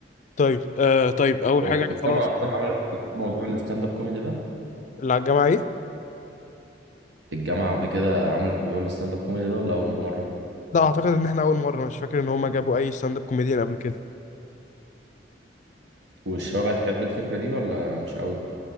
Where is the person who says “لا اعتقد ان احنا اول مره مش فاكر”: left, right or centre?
Left